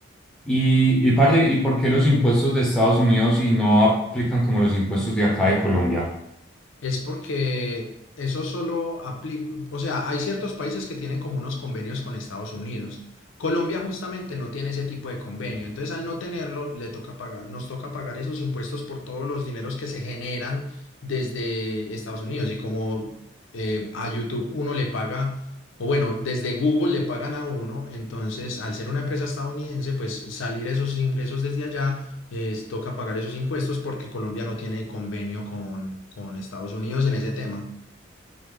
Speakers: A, in the centre; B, on the left.
A: Y, y parce, ¿y por qué los impuestos de Estados Unidos y no aplican como los impuestos de acá de Colombia?
B: Es porque eso solo aplica, o sea, hay ciertos países que tienen como unos convenios con Estados Unidos. Colombia justamente no tiene ese tipo de convenio, entonces al no tenerlo le toca pagar, nos toca pagar esos impuestos por todos los dineros que se generan desde Estados Unidos y como eh, a YouTube uno le paga, o bueno, desde Google le pagan a uno, entonces al ser una empresa estadounidense, pues salir esos ingresos desde allá es- toca pagar esos impuestos porque Colombia no tiene convenio con, con Estados Unidos en ese tema.